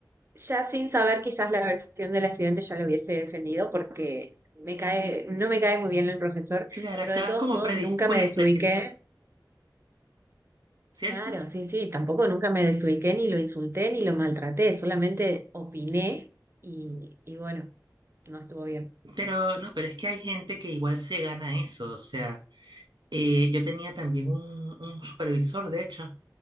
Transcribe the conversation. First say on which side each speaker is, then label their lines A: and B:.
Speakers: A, on the right; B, on the right.
A: ya sin saber quizás la versión de la estudiante ya lo hubiese defendido porque me cae, no me cae muy bien el profesor,
B: Claro,
A: pero
B: estabas
A: de todos
B: como
A: modos
B: predispuesta
A: nunca me desubiqué.
B: quizás, ¿cierto?
A: Claro, sí, sí, tampoco nunca me desubiqué ni lo insulté ni lo maltraté, solamente opiné y, y bueno, no estuvo bien.
B: Pero no, pero es que hay gente que igual se gana eso. O sea, eh, yo tenía también un, un supervisor, de hecho,